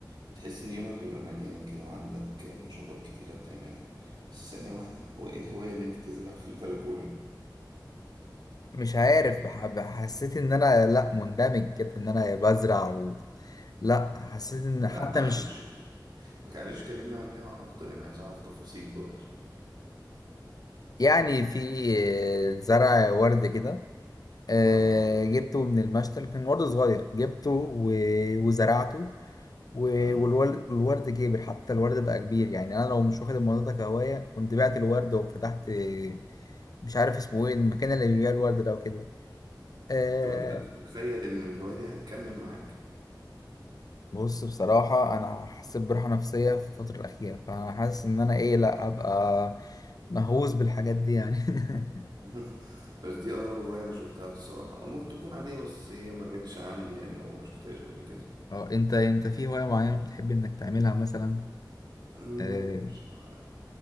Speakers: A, on the right; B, on the left.
A: بتحس إن يومك بيبقى مليان كده وعندك نشاطات كتيرة بتعملها بس ثانية واحدة هو إيه الهواية اللي أنت تزرع في البلكونة دي؟
B: مش عارف
A: يعني
B: بح- حسيت ان انا لا مندمج كده ان انا بزرع و... لا حسيت ان
A: لا
B: حتى
A: معلش
B: مش
A: معلش كلمنا عنها أكتر أنا عايز أعرف تفاصيل برضه
B: يعني في زرع ورد كده آه
A: أه
B: جبته من المشتل كان ورد صغير جبته و... وزرعته و-
A: أه
B: والورد الورد كبر حتى الورد بقى كبير يعني انا لو مش واخد الموضوع ده كهوايه كنت بعت الورد وفتحت آه، مش عارف اسمه ايه المكان اللي بيبيع الورد ده وكده آه
A: طب أنت تتخيل إن الهواية دي هتكمل معاك؟
B: بص بصراحه انا حسيت براحه نفسيه في الفتره الاخيره فانا حاسس ان انا ايه لا ابقى مهووس بالحاجات دي يعني <laughs>
A: <laughs> بس دي اغرب هواية انا شفتها الصراحة او ممكن تكون عادية بس هي ما جاتش عندي يعني او ما شفتهاش قبل كده
B: اه انت انت في هوايه معينه بتحب انك تعملها مثلا
A: أمم،
B: اه,
A: مش ع-